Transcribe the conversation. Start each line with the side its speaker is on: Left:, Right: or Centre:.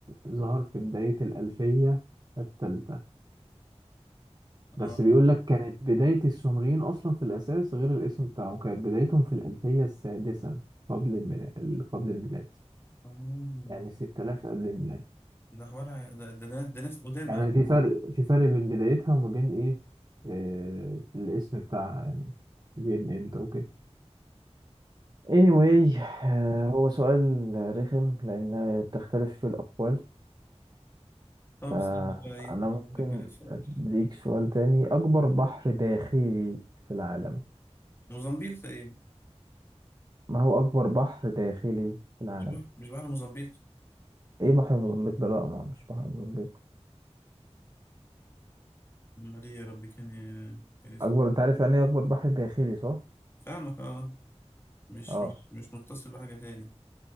Right: ظهر في بداية الألفية الثالثة بس
Left: اه
Right: بيقول لك كانت بداية السومريين أصلا في الأساس غير الاسم بتاعهم كانت بدايتهم في الألفية السادسة قبل الميلاد قبل الميلاد
Left: آه.
Right: يعني 6000 قبل الميلاد
Left: ده حوار ع- ده ده ناس ده ناس قدام
Right: يعني
Left: قوي
Right: في
Left: <laughs>
Right: فرق في فرق بين بدايتها وما بين إيه آه الاسم بتاعها يعني جه من إمتى وكده anyway آه، هو سؤال رخم لأن تختلف في الأقوال
Left: طب
Right: فأنا
Left: استنى بقى ايه
Right: ممكن
Left: أشوف لك يعني سؤال
Right: أديك سؤال تاني أكبر بحر داخلي في العالم
Left: موزمبيق تقريبا
Right: ما هو أكبر بحر داخلي في العالم
Left: مش بحر مش بحر موزمبيق
Right: إيه بحر موزمبيق ده لأ ما هو مش بحر موزمبيق
Left: امال ايه يا ربي كان إيه؟ كان
Right: أكبر أنت عارف يعني إيه أكبر بحر داخلي صح؟
Left: فاهمك اه مش
Right: أه
Left: مش مش متصل بحاجة تاني